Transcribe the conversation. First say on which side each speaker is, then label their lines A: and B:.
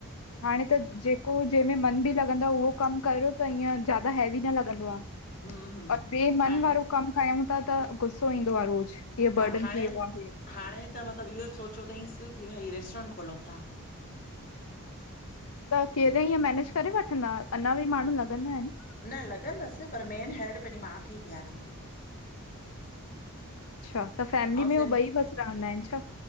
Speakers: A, on the left; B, on the left.
A: हाणे त जेको जंहिंमें मन बि लॻंदो आहे उहो कमु करियो त ईअं ज्यादा हैवी न लॻंदो आहे।
B: हम्म हम्म
A: और बॿे मन
B: हाणे
A: वारो कम कयूं था त गुसो ईंदो आहे रोज़। हीअ
B: हा।
A: बर्डन
B: हाणे,
A: थी वियो आहे
B: हाणे, त मतिलब इहो सोचियो अथईसि की भई रेस्टोरंट खोलूं था।
A: त अकेले ईअं मेनेज करे वठंदा अञा बि माण्हू लॻंदा आहिनि।
B: न लॻंदसि पर मेन हैड पंहिंजी माउ खे ई बीहारंदो।
A: अच्छा। त फैमिली
B: ऐं
A: में
B: सिम
A: उए ॿई बसि रहंदा आहिनि छा।